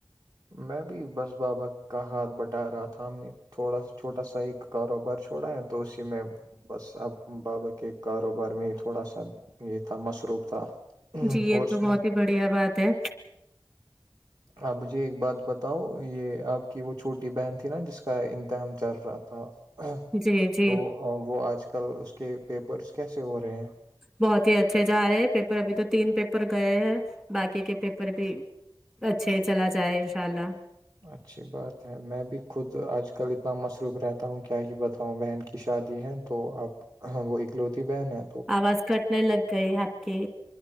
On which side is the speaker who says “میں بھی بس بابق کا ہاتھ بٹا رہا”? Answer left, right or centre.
Right